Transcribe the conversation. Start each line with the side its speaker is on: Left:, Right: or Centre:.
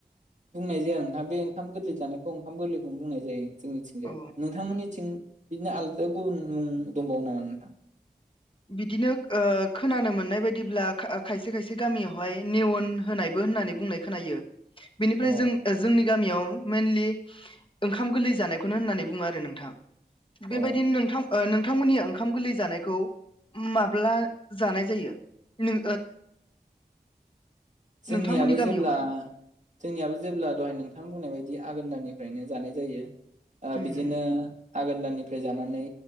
Right: बुंनाय जाया नोंथां बे ओंखाम गोरलै जानायखौ ओंखाम गोरलैखौनो बुंनाय जायो। जोंनिथिं जाय
Left: अ
Right: नोंथांमोननिथिं बिदिनो आलादायाव गुबुन मुं दंबावो नामा नोंथां?
Left: बिदिनो खोनानो मोननाय बायदिब्ला खायसे खायसे गामियावहाय नेउन होनायबो होननानै बुंनाय खोन बेनिफ्राय
Right: अ
Left: जों जोंनि गामियाव मइेनलि ओंखाम गोरलै जानायखौनो होननानै बुङो आरो नोंथां। बेबायदिनो
Right: अ
Left: नोंथां नोंथांमोननि ओंखाम गोरलै जानायखौ माब्ला जानाय जायो नों
Right: जोंनियाबो
Left: नोंथांमोननि गामियावहाय
Right: जेब्ला जोंनियाबो जेब्ला दहाय नोंथां बुंनाय बायदि बिदि आघोन दाननिफ्रायनो जानाय जायो
Left: उम
Right: बिदिनो आघोन दानानिफ्राय जानानै